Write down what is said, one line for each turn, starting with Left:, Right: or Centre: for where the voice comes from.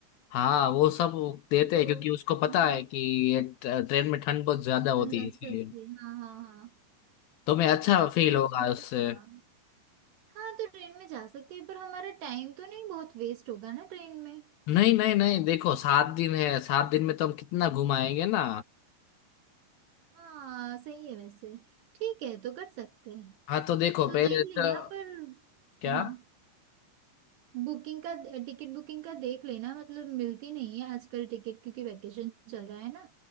Left: हाँ वो सब देते
Right: तो
Left: हैं क्योंकि उसको पता
Right: हाँ
Left: है कि ये ट- ट्रेन में ठंड बहुत ज्यादा होती
Right: ठंड लग
Left: है इसलिए
Right: सकती है हाँ हाँ हाँ
Left: तो मैं अच्छा फील
Right: तो
Left: होगा
Right: चलेगा
Left: उससे
Right: हाँ तो ट्रेन में जा सकते हैं पर हमारा टाइम तो नहीं बहुत वेस्ट होगा ना ट्रेन में
Left: नहीं नहीं नहीं देखो सात दिन है सात दिन में तो हम कितना घुमाएंगे ना
Right: हाँ सही है वैसे ठीक है तो कर सकते हैं
Left: हाँ तो देखो
Right: तो
Left: पहले
Right: देख
Left: तो
Right: लेना पर
Left: क्या
Right: हाँ बुकिंग का टिकट बुकिंग का देख लेना मतलब मिलती नहीं है आजकल टिकट क्योंकि वैकेशन चल रहा है ना